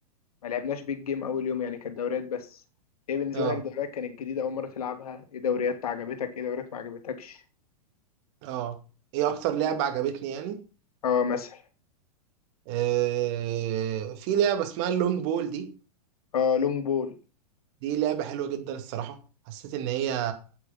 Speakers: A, on the left (about 65°); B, on the right (about 45°).
A: ما لعبناش بيج جيم اول يوم يعني كانت دوريات بس ايه بالنسبه
B: اه
A: لك دوريات كانت جديده اول مره تلعبها ايه دوريات عجبتك ايه دوريات ما عجبتكش
B: اه ايه اكتر لعبة عجبتني يعني
A: اه مثلا
B: آه... في لعبة اسمها اللونج بول دي
A: اه لونج بول
B: دي لعبة حلوة جدا الصراحة حسيت ان هي